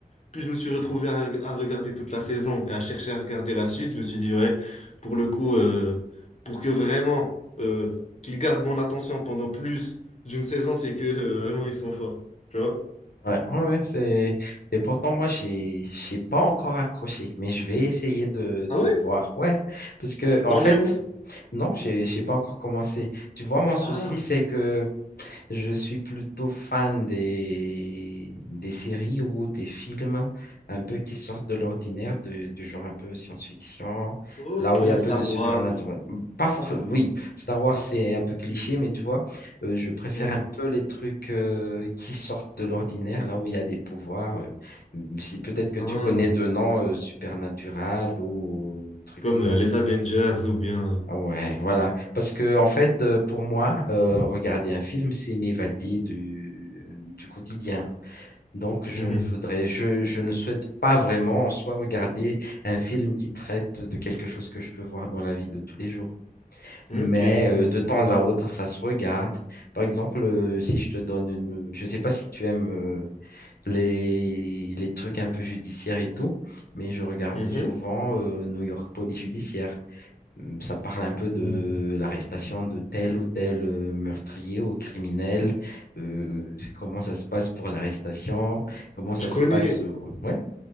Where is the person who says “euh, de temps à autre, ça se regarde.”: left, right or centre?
Left